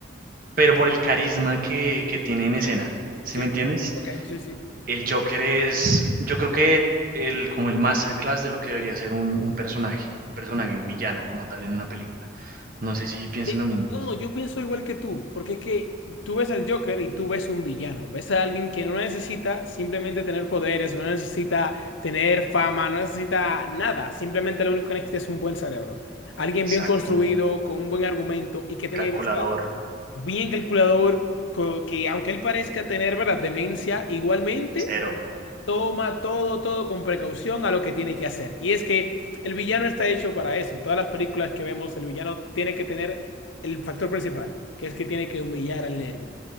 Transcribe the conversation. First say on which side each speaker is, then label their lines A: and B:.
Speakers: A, on the right; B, on the left.
A: pero por el carisma que, que tiene en escena. ¿Sí
B: Sí,
A: me entiendes?
B: ok, sí, sí.
A: El Joker es, yo creo que el, como el masterclass de lo que debería ser un, un personaje, un personaje, un villano como tal en una película. No sé si piensen
B: Y-
A: lo mismo.
B: no, no, yo pienso igual que tú, porque es que tú ves al Joker y tú ves un villano, ves a alguien que no necesita simplemente tener poderes, no necesita tener fama, no necesita nada, simplemente lo único que necesita es un buen cerebro, alguien
A: Exacto.
B: bien construido, con un buen argumento y que tenga
A: Calculador,
B: ideas claras, bien calculador, co- que aunque él parezca tener, ¿verdad?, demencia, igualmente
A: cero.
B: Toma todo, todo con precaución a lo que tiene que hacer. Y es que el villano está hecho para eso. En todas las películas que vemos, el villano tiene que tener el factor principal, que es que tiene que humillar al héroe.